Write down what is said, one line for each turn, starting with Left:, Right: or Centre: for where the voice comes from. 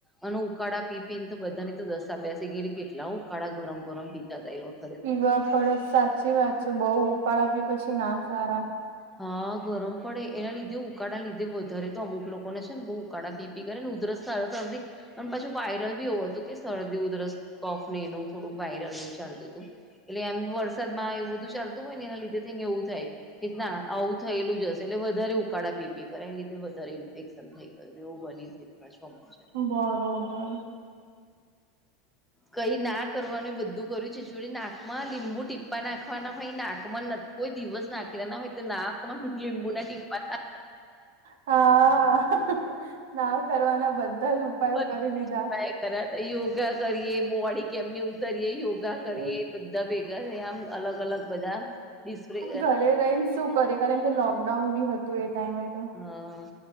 Centre: અને ઉકાળા પી પી ને તો બધાને તો દસા બેસી ગયેલી કેટલા ઉકાળા ગરમ ગરમ પીતા હતા એ લોક.
Right: પીવા પડે સાચી વાત છે બઉ ઉકાળા પી પછી ના સારા.
Centre: હા ગરમ પડે એના લીધે ઉકાળા ના લીધે વધારે તો અમુક લોકોને છે ને બહુ. ઉકાળા પી પી કર ને ઉદરસ સ સરદી. પણ પાછું વાયરલ બી એવું હતું કે સરદી ઉધરસ કોફને એનું થોડુંક વાયરલ એવું ચાલતું તું. એટલે એમ વરસાદમાં એવું બધું ચાલતું હોય ને એના લીધે થઈ ને એવું થાય. કે ના આવું થયેલું જ હશે એટલે વધારે ઉકાળા પીપી કરે એ લીધે વધારે ઇન્ફેક્શન થઈ ગયું. એવું બની સે. સમય
Right: બરોબર.
Centre: કઈ ના કરવાનું એ બધું કર્યું છે જોડી નાકમાં લીંબુ ટીપ્પા નાખવાના હોય નાક. મ નક કોઈ દિવસ નાંખેલા ના હોય તો નાકમાં લીંબુ ના ટીપ્પા.
Right: હા ના કરવાના બધા જ ઉપાયો
Centre: ટ્રાય
Right: કરી લીધા.
Centre: કર્યા તા યોગા કરીએ બોડી કેમની કરીએ યોગા કરીએ
Right: એ
Centre: બધા ભેગા આમ અલગ અલગ બધા. ડિસ્પ્લે
Right: પણ ઘરે રહીને શું કરે કારણ કે લોકડાઉન બી હતું એ ટાઈમે તો.
Centre: હા